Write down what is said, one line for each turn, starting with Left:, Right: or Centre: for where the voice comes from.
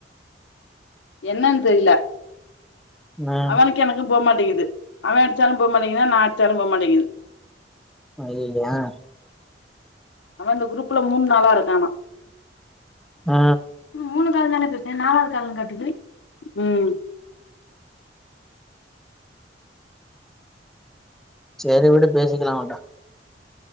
Left: என்னன் தெரில
Centre: ம்
Left: அவனுக்கு எனக்கு போ மாட்டிங்கிது அவ அடிச்சாலு போ மாட்டிங்கிது நா அட்ச்சாலு போ மாட்டிங்கிது
Centre: அய்யய்யோ ஏ
Left: ஆனா இந்த குரூப்ல மூண் நாளா இருக்கானா
Centre: ஆ
Left: மூணு கால் தானே பேசுன நாலாவது கால்ன்னு காட்டுது ம்
Centre: சேரி விடு பேசிக்கலா அவன்ட்ட